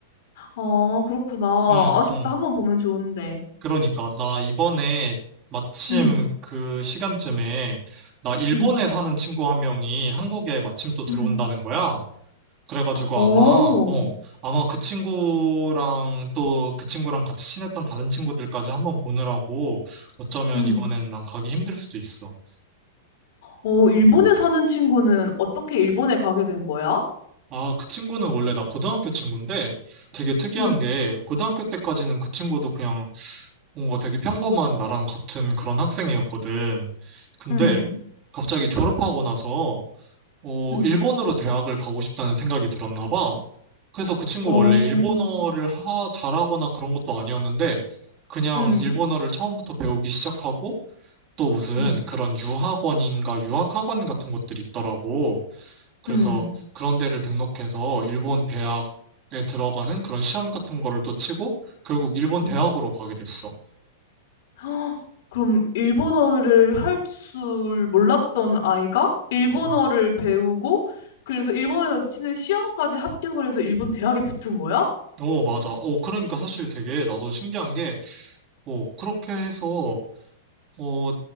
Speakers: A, on the left; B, on the right.
A: 아, 그렇구나.
B: 음,
A: 아쉽다.
B: 음.
A: 한번 보면 좋은데.
B: 그러니까 나 이번에 마침
A: 응,
B: 그 시간쯤에 나 일본에
A: 응,
B: 사는 친구 한 명이 한국에 마침 또 들어온다는
A: 응.
B: 거야. 그래가지고
A: 오
B: 아마 어 아마 그 친구랑 또 그 친구랑 같이 친했던 다른 친구들까지 한번 보느라고 어쩌면
A: 응.
B: 이번에는 난 가기 힘들 수도 있어.
A: 어, 일본에 사는 친구는 어떻게 일본에 가게 된 거야?
B: 아, 그 친구는 원래 나 고등학교 친구인데 되게 특이한
A: 응,
B: 게 고등학교 때까지는 그 친구도 그냥 뭔가 되게 평범한 나랑 같은 그런 학생이었거든. 근데
A: 응,
B: 갑자기 졸업하고 나서 어,
A: 응.
B: 일본으로 대학을 가고 싶다는 생각이 들었나 봐. 그래서 그 친구
A: 어,
B: 원래 일본어를 하, 잘하거나 그런 것도 아니었는데 그냥
A: 응,
B: 일본어를 처음부터 배우기 시작하고 또 무슨
A: 응,
B: 그런 유학원인가 유학학원 같은 것들이 있더라고. 그래서
A: 응.
B: 그런 데를 등록해서 일본 대학에 들어가는 그런 시험 같은 거를 또 치고 결국 일본
A: 음.
B: 대학으로 가게 됐어.
A: 헉, 그럼 일본어를 할 줄 몰랐던 아이가 일본어를
B: 음.
A: 배우고 그래서 일본에서 치는 시험까지 합격을 해서 일본 대학에 붙은 거야?
B: 어, 맞아. 어, 그러니까 사실 되게 나도 신기한 게, 어, 그렇게 해서, 어,